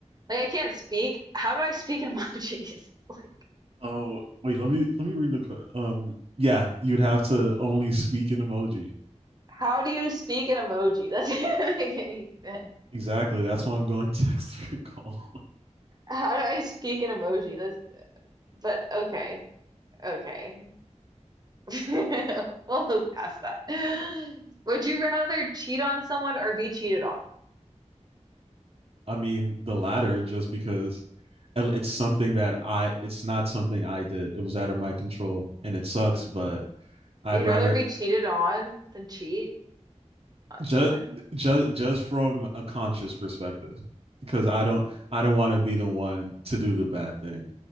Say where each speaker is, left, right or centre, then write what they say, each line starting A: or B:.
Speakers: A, on the right; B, on the right.
A: like I can't speak. How do I speak in emojis? <laughs> Like
B: <laughs> oh wait, let me let me read the um yeah, you'd have to only speak in emoji.
A: how do you speak in emoji? That doesn't <laughs> make any sense.
B: Exactly. That's why I'm going <laughs> text or call.
A: How do I speak in emoji? That's but okay. Okay. <laughs> We'll move past that. <gasps> Would you rather cheat on someone or be cheated on?
B: <laughs> I mean, the latter just because it's something that I it's not something I did. It was out of my control and it sucks, but I'd
A: You'd
B: rather
A: rather be cheated on than cheat? on
B: just
A: someone.
B: just just from a conscious perspective because i don't i don't want to be the one to do the bad thing